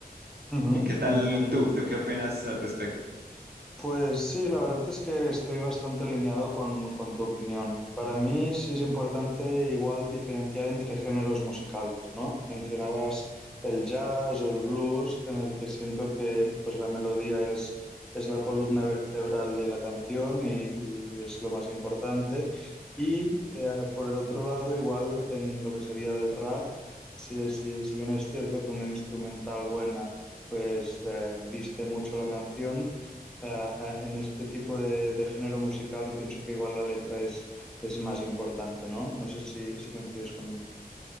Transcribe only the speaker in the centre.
Ujú,
entiendo.
Pues sí, la verdad es que estoy bastante alineado con, con tu opinión. Para mí sí es importante igual diferenciar entre géneros musicales, ¿no? Mencionabas el jazz o el blues, en el que siento que pues, la melodía es, es la columna vertebral de la canción y, y es lo más importante. Y eh, por el otro lado, igual en lo que sería el rap, si, si si bien es cierto que una instrumental buena pues eh, viste mucho la canción, ah, en este tipo de, de género musical pienso que igual la letra es, es más importante, ¿no? No sé si, si coincides conmigo.